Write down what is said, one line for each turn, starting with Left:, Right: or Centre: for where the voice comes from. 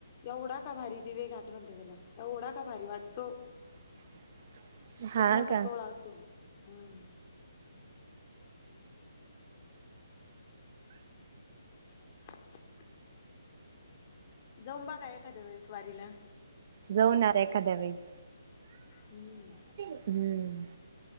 Left: एवढा का भारी दिवे घाट म्हणते त्याला एवढा का भारी वाटतो, -
Right: <inaudible>
Left: खूप मोठा
Right: का
Left: सोहळा असतो. हं.. <unintelligible> जाऊन बघा एखाद्या वेळेस वारीला.
Right: जाऊ नारे एखाद्या वेळेस.
Left: हं...
Right: हं...